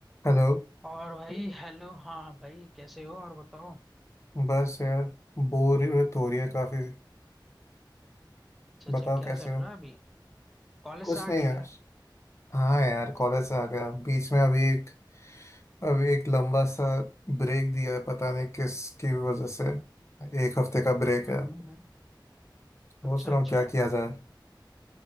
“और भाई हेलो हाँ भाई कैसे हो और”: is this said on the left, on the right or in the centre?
Centre